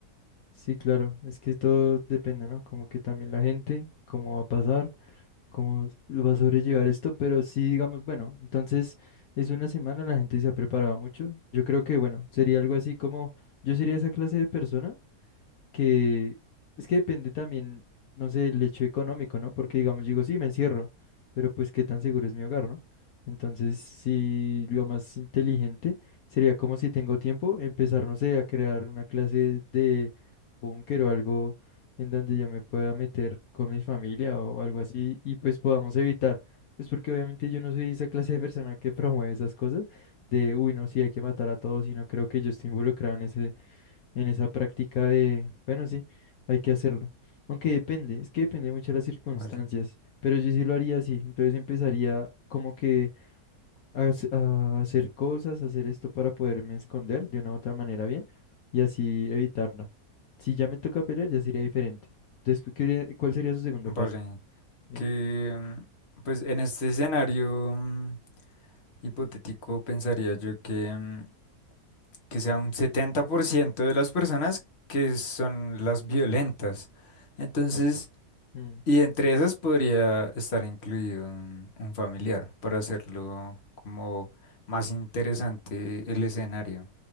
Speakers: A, on the left; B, on the left.
A: Sí, claro, es que todo depende, ¿no? Como que también la gente, cómo va a pasar, cómo lo va a sobrellevar esto, pero sí, digamos, bueno, entonces es una semana, la gente se ha preparado mucho. Yo creo que, bueno, sería algo así como, yo sería esa clase de persona que es que depende también, no sé, el hecho económico, ¿no? Porque digamos, digo, sí, me encierro, pero pues qué tan seguro es mi hogar, ¿no? Entonces, sí, lo más inteligente sería como si tengo tiempo, empezar, no sé, a crear una clase de búnker o algo en donde yo me pueda meter con mi familia o algo así y pues podamos evitar. Pues porque obviamente yo no soy esa clase de persona que promueve esas cosas de, uy, no, sí, hay que matar a todos y no creo que yo esté involucrado en ese en esa práctica de, bueno, sí, hay que hacerlo. Aunque depende, es que depende mucho de las circunstancias,
B: Vale,
A: pero yo sí lo haría así, entonces empezaría como que a, hac- a hacer cosas, hacer esto para poderme esconder de una u otra manera bien y así evitarla. Si ya me toca pelear, ya sería diferente. Después, ¿qué- ¿cuál sería su segundo
B: vale.
A: paso? digamos?
B: Que mm, pues en este escenario mm, hipotético pensaría yo que, mm, que sea un 70% de las personas que son las violentas. Entonces,
A: Mm,
B: Y entre esas podría estar incluido un, un familiar para hacerlo como más interesante el escenario.